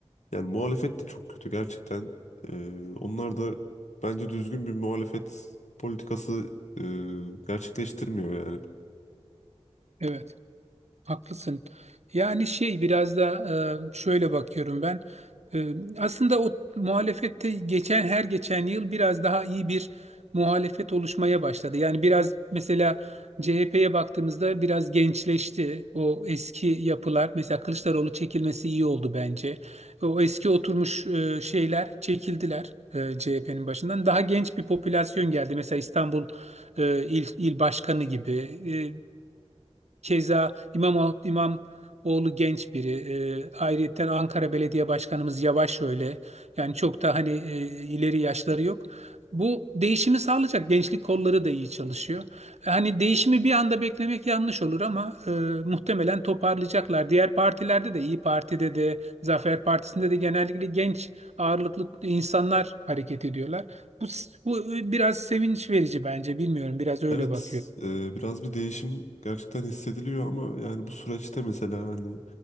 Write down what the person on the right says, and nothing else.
evet. Haklısın. Yani şey biraz da e, şöyle bakıyorum ben. E, aslında o muhalefette geçen her geçen yıl biraz daha iyi bir muhalefet oluşmaya başladı. Yani biraz mesela CHP'ye baktığımızda biraz gençleşti. O eski yapılar mesela Kılıçdaroğlu çekilmesi iyi oldu bence. O eski oturmuş e, şeyler çekildiler CHP'nin başından. Daha genç bir popülasyon geldi. Mesela İstanbul e, il, il başkanı gibi. E, Keza İmam İmamoğlu genç biri. E, ayrıyetten Ankara Belediye Başkanımız Yavaş öyle. Yani çok da hani e, ileri yaşları yok. Bu değişimi sağlayacak. Gençlik kolları da iyi çalışıyor. E, Hani değişimi bir anda beklemek yanlış olur ama e, muhtemelen toparlayacaklar. Diğer partilerde de İyi Parti'de de Zafer Partisi'nde de genellikle genç ağırlıklı insanlar hareket ediyorlar. Bu, bu e, biraz sevinç verici bence. Bilmiyorum biraz öyle
bakıyor.